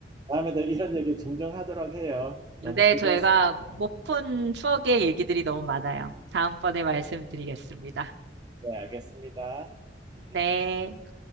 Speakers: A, on the right; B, on the right.
A: 다음에도 이런 얘기 종종 하도록 해요. 너무
B: 근데
A: 즐거웠습니다.
B: 저희가 못 푼 추억의 얘기들이 너무 많아요. 다음번에 말씀드리겠습니다.
A: 네, 알겠습니다. 네.
B: 네.